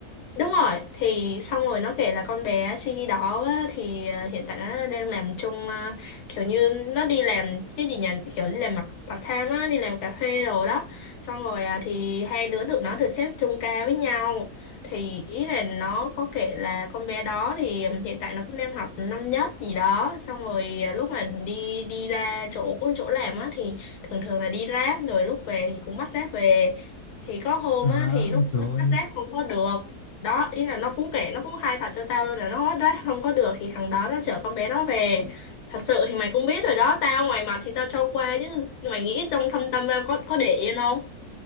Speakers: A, on the left; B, on the left.
A: Đúng rồi, thì xong rồi nó kể là con bé Chi đó á, thì ờ, hiện tại nó đang làm chung ờ, kiểu như nó đi làm cái gì nhỉ, kiểu đi làm mặt part time á, đi làm cà phê đồ đó. Xong rồi à, thì hai đứa tụi nó được xếp chung ca với nhau. Thì ý là nó có kể là con bé đó thì ừm, hiện tại nó cũng đang học năm nhất gì đó. Xong rồi à, lúc mà đi đi ra chỗ chỗ làm á thì thường thường là đi ráp rồi lúc về thì cũng bắt ráp về. Thì có hôm
B: À,
A: á thì lúc
B: trời ơi.
A: bắt ráp không có được đó ý là nó cũng kể nó cũng khai thật cho tao luôn là nó đấy không có được thì thằng đó nó chở con bé đó về thật sự thì mày cũng biết rồi đó tao ngoài mặt thì tao cho qua chứ mày nghĩ trong thâm tâm ra có có để yên không